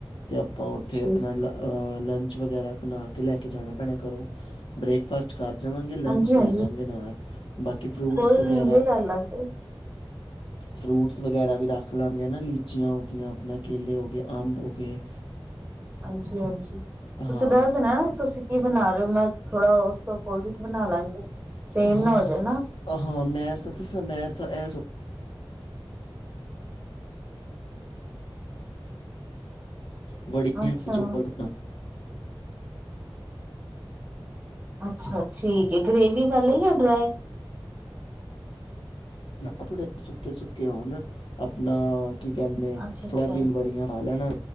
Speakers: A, on the left; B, on the right.
A: ਤੇ ਆਪਾਂ ਉੱਥੇ
B: ਠੀਕ
A: ਆਪਣਾ ਲ ਲੰਚ ਵਗੈਰਾ ਬਣਾ ਕੇ ਲੈ ਕੇ ਜਾਣਾ ਪੈਣਾ ਕਰੋ ਬਰੇਕਫਾਸਟ ਕਰ ਜਾਵਾਂਗੇ ਲੰਚ
B: ਹਾਂਜੀ ਹਾਂਜੀ
A: ਲੈ ਜਾਵਗੇ ਨਾਲ ਬਾਕੀ ਫਰੂਟਸ
B: ਕੋਈ
A: ਵਗੈਰਾ
B: ਨੀ ਇੰਜੇ ਕਰ ਲਾਂਗੇ
A: ਫਰੂਟਸ ਵਗੈਰਾ ਵੀ ਰੱਖ ਲਾਂਗੇ ਨਾ ਲੀਚੀਆਂ ਹੋ ਗਈਆਂ ਆਪਣਾ ਕੇਲੇ ਹੋ ਗਏ, ਅੰਬ ਹੋ ਗਏ
B: ਹਾਂਜੀ, ਹਾਂਜੀ। ਤੁਸੀਂ
A: ਹਾਂ
B: ਦੱਸ ਦੇਣਾ ਤੁਸੀਂ ਕੀ ਬਣਾ ਰਹੇ ਹੋ ਮੈਂ ਥੋੜਾ ਓਪੋਜਿਟ ਬਣਾ ਲਾਂਗੇ ਸੇਮ
A: ਹਾਂ
B: ਨਾ ਹੋ ਜਾਏ
A: ਹਾਂ ਮੈਂ ਤਾਂ ਦੱਸਾਂ ਮੈਂ <inaudible> ਵੜੀਆਂ
B: ਅੱਛਾ
A: ਚੌਲ ਬਣਾ-
B: ਅੱਛਾ। ਠੀਕ ਹੈ। ਗਰੇੇਵੀ ਗਲੇਵੀ ਵਾਲੀ ਕੇ ਡਰਾਈ
A: ਨਾੜ ਸੁੱਕੇ, ਸੁੱਕੇ ਉਣ ਆਪਣਾ ਕੀ ਕਹਿੰਦੇ ਨੇ
B: ਅੱਛਾ
A: ਸੋਇਬੀ
B: ਅੱਛਾ
A: ਵੱਡੀਆਂ ਪਾ ਲੈਣਾ